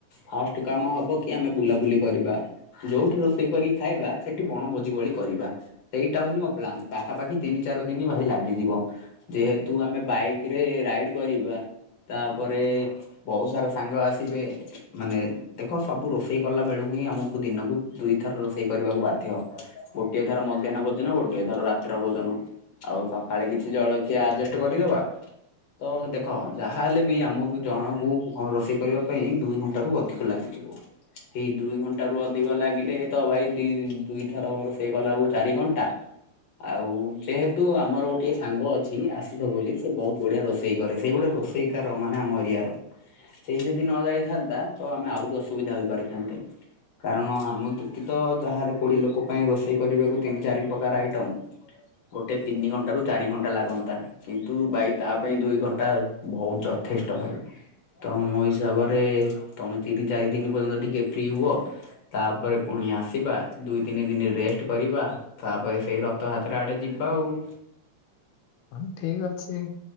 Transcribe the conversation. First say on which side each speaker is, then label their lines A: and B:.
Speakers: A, on the left (about 40°); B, on the left (about 80°).
A: ଫାଷ୍ଟ କାମ ହବ କି ଆମେ ବୁଲାବୁଲି କରିବା। ଯୋଉଠି ରୋଷେଇ କରି ଖାଇବା ସେଠି ବଣ ଭୋଜି ଭଳି କରି ବା ସେଇଟା ହଉଚି ମୋ ପ୍ଲାନ ପାଖାପାଖି ତିନି ଚାରି ଦିନି ଭାଇ ଲାଗିଯିବ। ଯେହେତୁ ଆମେ ବାଇକି ରେ ରାଇଡି କରିବା ତାପରେ ବହୁତୁ ସାରା ସାଙ୍ଗ ଆସିବେ। ମାନେ ଦେଖ ସବୁ ରୋଷେଇ କଲା ବେଳକୁ ହିଁ। ଆମକୁ ଦିନକୁ ଦୁଇଥର ରୋଷେଇ କରିବାକୁ ବାଧ୍ୟ। କେଦାର ମଧ୍ୟାହ୍ନ ଭୋଜନ ଗୋଟେ ଧର ରାତି୍ରର ଭୋଜନ। ଆଉ ସକାଳେ କିଛି ଜଳଖିଆ ଆଜେଷ୍ଟେ କରିଦବା। ତ ଦେଖ ଯାହା ହେଲେ ବି ଆମକୁ ଜଣକୁ ରୋଷେଇ କରିବା ପାଇଁ ଦୁଇ ଘଣ୍ଟାରୁ ଅଧିକ ଲାଗିଯିବ। ଏଇ ଦୁଇ ଘଣ୍ଟ ରୁ ଅଧିକ ଲାଗିଲେ ତ ଭାଇ ଦି ଦୁଇଥର ସେ ଗଲାକୁ ଚାରି ଘଣ୍ଟା। ଆଉ ଯେହେତୁ ଆମର ଗୋଟିଏ ସାଙ୍ଗ ଅଛି ଆସିଥ ବୋଲି ସେ ବହୁତୁ ବଢିଆ ରୋଷେଇ କରେ ସେଇ ଗୋଟେ ରୋଷେଇ କାର ମାନେ ଆମ ଏରିଆ ର। ସେଇ ଯଦି ନ ଯାଇଥାନ୍ତା ତ ଆମେ ଆହୁରି ଅସୁବିଧା ହେପାରିଥାନ୍ତେ। କାରଣ ଆମ ଦୁଃଖିତ ଯାହେଲେ କୋଡିଏ ଲୋକ ପାଇଁ ରୋଷେ ସେଇ କରିବାକୁ ତିନି ଚାରି ପ୍ରକାର ଆଇଟମ୍ ଗୋଟେ ତିନି ଘଣ୍ଟାରୁ ଚାରି ଘଣ୍ଟା ଲାଗନ୍ତା। କିନ୍ତୁ ଭାଇ ତା ପାଇଁ ଦୁଇ ଘଣ୍ଟା ବହୁତ ଯଥେଷ୍ଟ ଭାଇ। ତ ମୋ ହିସାବରେ ତମେ ତିନି ଚାରି ଦିନ ପର୍ଯ୍ୟନ୍ତ ଟିକେ ଫ୍ରି ହୁଅ ତାପରେ ପୁଣି ଆସିବା ଦୁଇ ତିନି ଦିନ ରେଷ୍ କରିବା ତାପରେ ସେଇ ରଥ ହାତ୍ରା ଆଡେ ଯିବା ଆଉ।
B: ଆ ଠିକ ଅଛି।